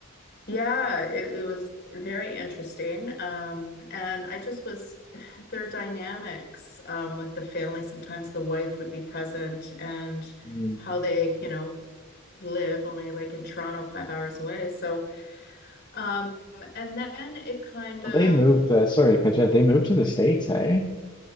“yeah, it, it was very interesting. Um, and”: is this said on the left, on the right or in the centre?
Left